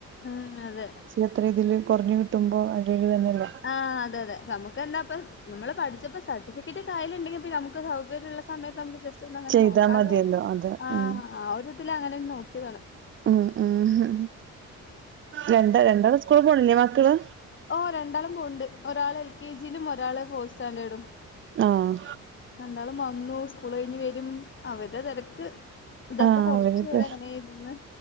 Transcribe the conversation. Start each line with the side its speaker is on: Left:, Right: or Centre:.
Left: ഉം അതെ
Right: എത്ര ഇതില് കൊർഞ്ഞു കിട്ടുമ്പോ അയിലോരുതന്നെയല്ലേ
Left: ആഹ് അതെ അതെ നമുക്ക് തന്നെപ്പ നമ്മള് പഠിച്ചപ്പൊ സ ടിക്കറ്റ് കായലുെങ്കിൽ പി നമക്ക് സൗകര്യമള്ള സമയത് നമുക്ക് ജെ ച്ചന്നങ്ങനെ
Right: ചെയ്താ
Left: നോക്കാലോ
Right: മതിയല്ലോ അതെ
Left: ആഹ്
Right: ഉം
Left: ആ ഒരു ഇതിലങ്ങനെ നോക്കിയതാണ്
Right: ഉം ഉം രണ്ടാ രണ്ടാള് സ്കൂള് പോണില്ലേ മക്കള്
Left: ഓഹ് രണ്ടാളും പോവ്ണ്ട്. ഒരാള് എൽ കെ ജിയിലും ഒരാള് ഫോർ സ്റ്റാൻഡേർഡും
Right: ആഹ
Left: രണ്ടാളും വന്നു സ്കൂൾ കഴിഞ്ഞഞ് വരും അവർടെ തെരക്ക് ഇതപ്പോ
Right: ആഹ്
Left: കൊറച്ചു
Right: അവരിപ്പ
Left: നേരങ്ങനെ ഇരുന്ന്